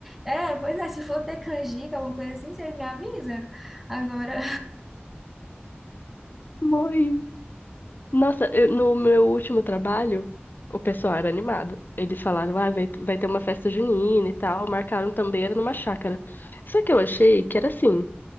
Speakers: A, in the centre; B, on the left.
A: É, pois é, se for ter canjica, alguma coisa assim, vocês me avisam. Agora,
B: <laughs> Morri. Nossa, eu- no meu último trabalho, o pessoal era animado. Eles falaram, ah, vai, vai ter uma festa junina e tal. Marcaram também, era numa chácara. Só que eu achei que era assim,